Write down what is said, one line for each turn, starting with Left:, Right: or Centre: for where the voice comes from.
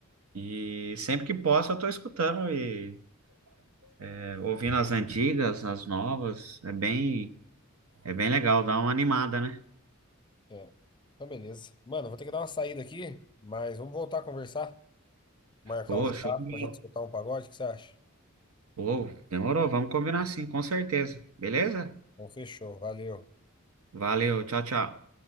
Right: E sempre que posso, eu tô escutando e eh, ouvindo as antigas, as novas. É bem, é bem legal, dá uma animada, né?
Left: É. Então, beleza. Mano, vou ter que dar uma saída aqui, mas vamos voltar a conversar. Marcar
Right: Pô,
Left: um churrasco
Right: show de
Left: pra gente
Right: bola.
Left: escutar um pagode, o que você acha?
Right: Pô, demorou, vamos combinar sim, com certeza. Beleza?
Left: Então, fechou. Valeu.
Right: Valeu, tchau, tchau.